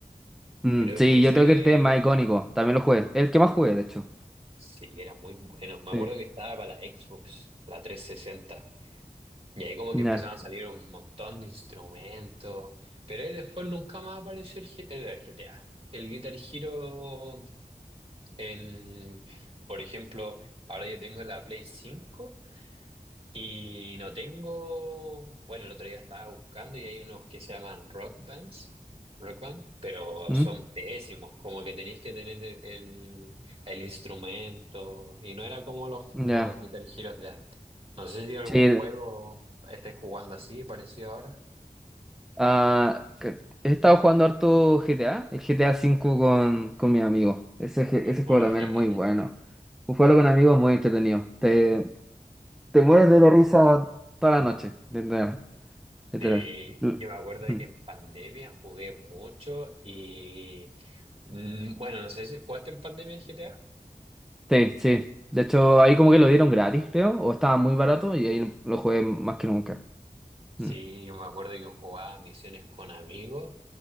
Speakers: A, in the centre; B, on the right.
A: Mm,
B: Creo
A: sí,
B: que ese
A: yo creo que el 3 es más icónico. También lo jugué. El que más jugué, de hecho.
B: sí era muy bueno. Me acuerdo
A: Sí.
B: que estaba para la Xbox, la trescientos sesenta Y ahí como
A: Ya.
B: que empezaban a salir un montón de instrumentos. Pero ahí después nunca más apareció el, G- el GTA. El Guitar Hero en, por ejemplo, ahora yo tengo la Play cinco Y no tengo, bueno, el otro día estaba buscando y hay unos que se llaman rock bands, rock band, pero
A: Mm,
B: son pésimos, como que tenéis que tener el, el el instrumento y no era como los,
A: Ya.
B: los Guitar Heroes de antes. No sé si algún
A: Sí.
B: juego estés jugando así, parecido ahora.
A: ah, que- he estado jugando harto GTA. El GTA V con, con mi amigo. Ese, je- ese
B: Bueno,
A: juego también es muy bueno. Jugarlo con amigos es muy entretenido. Te, te mueres de la risa toda la noche. Literal. Literal.
B: este,
A: L-
B: yo me acuerdo de
A: mm.
B: que en pandemia jugué mucho y, mm, bueno, no sé si jugaste en pandemia GTA.
A: Sí, sí. De hecho, ahí como que lo dieron gratis, creo, o estaba muy barato y ahí lo jugué más que nunca.
B: Sí,
A: Mm.
B: yo me acuerdo que yo jugaba misiones con amigos